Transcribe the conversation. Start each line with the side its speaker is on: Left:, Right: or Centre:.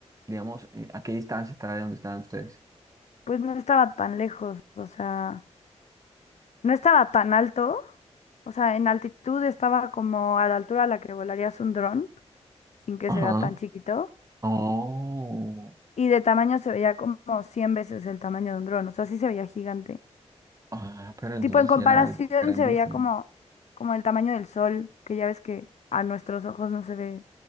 Right: digamos, eh, a qué distancia estará de donde estaban ustedes.
Left: Pues no estaba tan lejos, o sea... No estaba tan alto, o sea, en altitud estaba como a la altura a la que volarías un dron, sin que
Right: Ajá.
Left: se vea tan chiquito,
Right: Oh,
Left: y de tamaño se veía como 100 veces el tamaño de un dron, o sea, sí se veía gigante.
Right: ah, pero entonces
Left: Tipo, en comparación
Right: sí era algo grandísimo.
Left: se veía como, como el tamaño del sol, que ya ves que a nuestros ojos no se ve